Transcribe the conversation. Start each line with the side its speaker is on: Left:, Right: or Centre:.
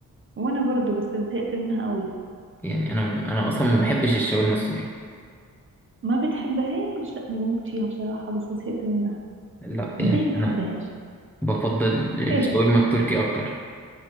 Right: وانا برضو بس زهقت منها قوي
Centre: يعني أنا أنا أصلا ما بحبش الشاورما السوري
Right: ما بتحبهاش لا انا بموت فيها بصراحه بس زهقت منها
Centre: لا
Right: ازاي
Centre: يعني
Right: ما بتحبهاش
Centre: أنا بفضل الشاورما
Right: ايه ده
Centre: التركي أكتر